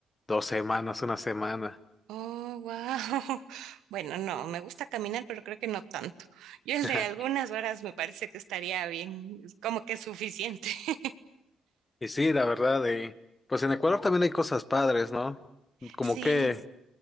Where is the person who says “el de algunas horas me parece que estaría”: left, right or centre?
Right